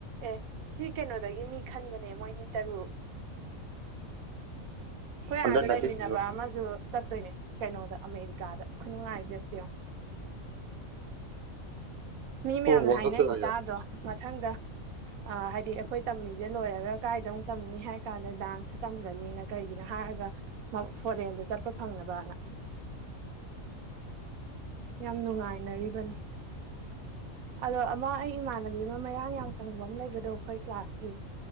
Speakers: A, on the right; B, on the right.
A: ꯑꯦ ꯁꯤ ꯀꯩꯅꯣꯗꯒꯤ ꯃꯤ ꯈꯟꯕꯅꯦ ꯃꯣꯏ ꯃꯤ ꯇꯔꯨꯛ ꯈꯣꯏ
B: ꯑꯟꯗꯔ
A: ꯑꯥꯗ
B: ꯅꯥꯏꯟꯇꯤꯟꯒꯤꯔꯣ
A: ꯂꯩꯃꯤꯟꯅꯕ ꯑꯃꯁꯨ ꯆꯠꯇꯣꯏꯅꯦ ꯀꯩꯅꯣꯗ ꯑꯃꯦꯔꯤꯀꯥꯗ ꯈꯨꯅꯨꯡꯉꯥꯏꯖꯦ ꯑꯝꯇ ꯌꯦꯡꯉꯣ ꯃꯤ ꯃꯌꯥꯝꯅ
B: ꯑꯣ ꯋꯥꯔꯜ
A: ꯍꯥꯏꯅꯩꯁꯦ
B: ꯀꯞꯇꯔꯣ ꯍꯥꯏꯁꯦ
A: ꯇꯥꯗ꯭ꯔꯣ ꯃꯊꯪꯗ ꯑꯥ ꯍꯥꯏꯗꯤ ꯑꯩꯈꯣꯏ ꯇꯝꯃꯤꯖꯦ ꯂꯣꯏꯔꯒ ꯀꯥꯏꯗ ꯑꯃꯨꯛ ꯇꯝꯅꯤ ꯍꯥꯏ ꯀꯥꯟꯗ ꯗꯥꯟꯁ ꯇꯝꯒꯅꯤꯅ ꯀꯩꯒꯤꯅꯣ ꯍꯥꯏꯔꯒ ꯐꯣꯔꯦꯟꯗ ꯆꯠꯄ ꯐꯪꯅꯕꯅ ꯌꯥꯝ ꯅꯨꯡꯉꯥꯏꯅꯔꯤꯕꯅꯤ ꯑꯗꯣ ꯑꯃ ꯑꯩ ꯏꯃꯥꯟꯅꯕꯤ ꯑꯃ ꯃꯌꯥꯡ ꯌꯥꯝ ꯀꯪꯕ ꯑꯃ ꯂꯩꯕꯗꯣ ꯑꯈꯣꯏ ꯀ꯭ꯂꯥꯁꯀꯤ